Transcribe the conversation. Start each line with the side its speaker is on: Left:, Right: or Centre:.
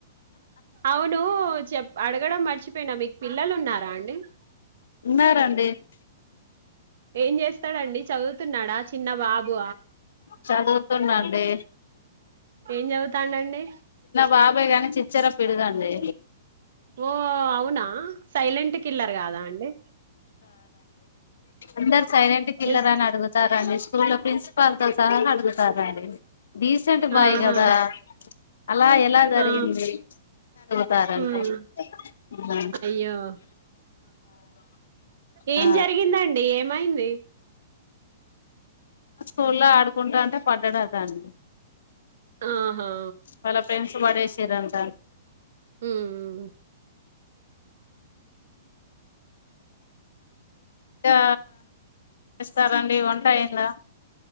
Right: అవునూ? అడగడం మర్చిపోయిన మీక్ పిల్లలు ఉన్నారా అండి?
Left: ఉన్నారడి
Right: ఏం చేస్తాడంండి చదువుతున్నాడా చిన్న బాబు
Left: చదువుతున్నా అండీ
Right: ఏం చదువుతాండు అండీ
Left: బాబే గాని చిచ్చర పిడుగండి
Right: ఓ అవునా సైలెంట్ కిల్లర్ కాదా అండీ
Left: అందరు సైలెంట్ కిల్లర్
Right: ఎస్
Left: అని అడుగుతా రాజేష్ స్కూల్ లో, ప్రిన్సిపాల్ తో సహా అడుగుతార్రాండి. డీసెంట్ బాయ్
Right: ఆహా
Left: కదా. అలా ఎలా జరిగింది?
Right: ఆ
Left: అడుగుతారండి,
Right: ఉమ్
Left: ఉమ్
Right: అయ్యో ఏం
Left: ఆ
Right: జరిగిందండి? ఏమైంది?
Left: స్కూల్లో ఆడుకుంటాంటే పడ్డాడట అండీ.
Right: ఆహా
Left: వాళ్ళ ఫెండ్స్ పడేసిర్రన్ ట
Right: ఊమ్, ఉమ్ ఉ
Left: కా చేస్తారండి వంటయిందా?